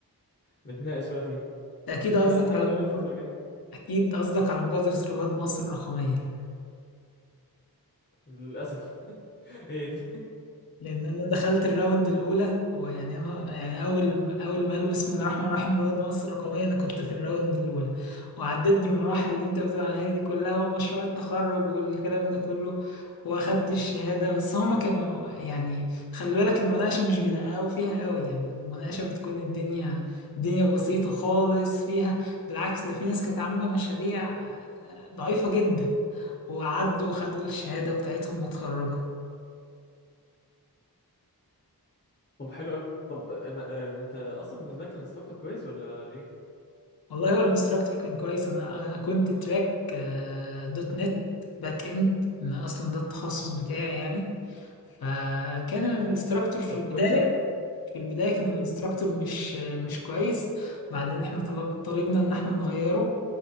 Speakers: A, on the left; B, on the left.
A: ونتناقش بقى فيه
B: ده اكيد
A: انت
B: قصدك
A: حابب
B: على
A: تعمل
B: مبادرة
A: ايه الفتره اللي جايه
B: اكيد قصدك على مبادرة رواد مصر الرقمية
A: للاسف <laughs> هي دي
B: لان انا دخلت الراوند الاولى ويعني أنا يعني اول اول ما قالوا بسم الله الرحمن الرحيم رواد مصر الرقميه انا كنت في الراوند الاولى وعديت بالمراحل اللي انت بتقول عليها دي كلها ومشروع التخرج والكلام ده كله واخدت الشهاده بس هم كانوا يعني خلي بالك المناقشه مش بيدققوا فيها قوي يعني المناقشه بتكون الدنيا الدنيا بسيطه خالص فيها بالعكس ده في ناس كانت عامله مشاريع ضعيفه جدا وعدوا وخدوا الشهاده بتاعتهم واتخرجوا
A: طب حلو قوي طب آه، ما- آه، انت اصلا بالنسبه لك كان الانستراكتور كويس ولا ايه
B: والله هو الانستراكتور كان كويس انا انا كنت تراك آه، دوت نت باك اند انا اصلا ده التخصص بتاعي يعني فكان الانستراكتور في
A: طب
B: البدايه
A: كويس قوي
B: في البدايه كان الانستراكتور مش آه، مش كويس بعدين احنا طلب طلبنا ان احنا نغيره